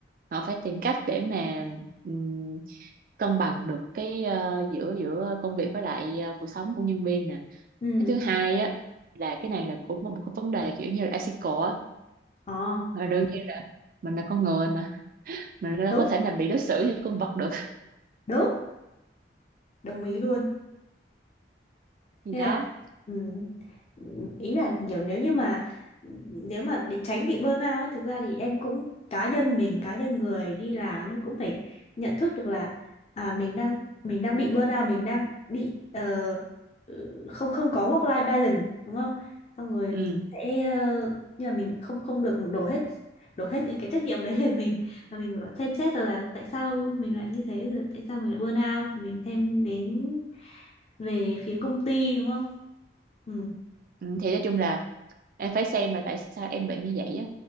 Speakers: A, on the right; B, on the left.
A: họ phải tìm cách để mà ừm, cân bằng được cái ờ, giữa giữa công việc với lại ờ, cuộc sống của nhân viên nè
B: ừ
A: cái thứ hai á là cái này là cũng một cái vấn đề kiểu như là ethical á
B: ờ
A: Mà đương nhiên là mình là con người mà mình đâu
B: đúng
A: có thể là bị đối xử như con vật được
B: đúng đồng ý luôn
A: <laughs> gì
B: Nên
A: đó
B: là ừm, ý là kiểu nếu như mà nếu mà để tránh bị burnout ấy thực ra thì em cũng cá nhân mình cá nhân người đi làm ấy cũng phải nhận thức được là à mình đang mình đang bị burnout mình đang bị ờ, ừ, không không có work life balance đúng không? Xong rồi
A: ừ
B: mình sẽ ờ, nhưng mà mình không không được đổ hết đổ hết những cái trách nhiệm đấy về mình và mình phải còn xem xét rồi là tại sao mình lại như thế rồi tại sao mình lại burnout rồi mình xem đến về phía công ty đúng không ừ
A: Ừ, thì nói chung là em phải xem là tại sao em bị như vậy á